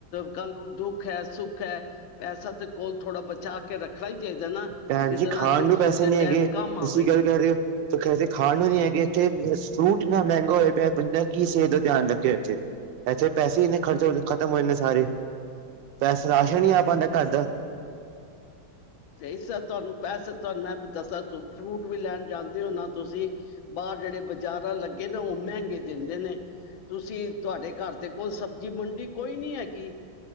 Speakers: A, on the left; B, on the right.
A: ਕੱਲ ਨੂੰ ਦੁੱਖ ਹੈ ਸੁੱਖ ਹੈ ਪੈਸਾ ਤੇ ਕੋਲ ਥੋੜਾ ਬਚਾ ਕੇ ਰੱਖਣਾ ਹੀ ਚਾਹੀਦਾ ਨਾ
B: ਭੈਣ
A: ਜਿਹਦੇ
B: ਜੀ ਖਾਣ
A: ਨਾਲ ਦੁੱਖ
B: ਨੂੰ ਪੈਸੇ
A: ਸੁੱਖ ਦੇ
B: ਨੀ
A: ਟਾਈਮ
B: ਹੈਗੇ
A: ਕੰਮ
B: ਤੁਸੀਂ
A: ਆਵੇ
B: ਗੱਲ ਕਰ ਰਹੇ ਹੋੇ ਖਾਣ ਨੂੰ ਨੀ ਹੈਗੇ ਇੱਥੇ ਫਰੂਟ ਇੰਨਾ ਮਹਿੰਗਾ ਹੋਏ ਪਿਆ ਬਦਾ ਕੀ ਸਿਹਤ ਦਾ ਧਿਆਨ ਰੱਖੇ ਇੱਥੇ ਇਥੇ ਪੈਸੇ ਇੰਨੇ ਖ਼ਰਚੇ ਖਤਮ ਹੋ ਜਾਂਦੇ ਸਾਰੇ ਪੈਸ ਰਾਸ਼ਨ ਹੀ ਆ ਪਾਉਦਾ ਘਰ ਦਾ
A: ਇਸ ਤੁਹਾਨੂੰ ਪੈਸੇ ਤੁਹਾਨੂੰ ਮੈਂ ਦੱਸ ਫਰੂਟ ਵੀ ਲੈਣ ਜਾਂਦੇ ਹੋ ਨਾ ਤੁਸੀਂ ਬਾਹਰ ਜਿਹੜੇ ਬਾਜ਼ਾਰਾਂ ਲੱਗੇ ਨਾ ਉਹ ਮਹਿੰਗੇ ਦਿੰਦੇ ਨੇ ਤੁਸੀਂ ਤੁਹਾਡੇ ਘਰ ਦੇ ਕੋਲ ਸਬਜ਼ੀ ਮੰਡੀ ਕੋਈ ਨੀ ਹੈਗੀ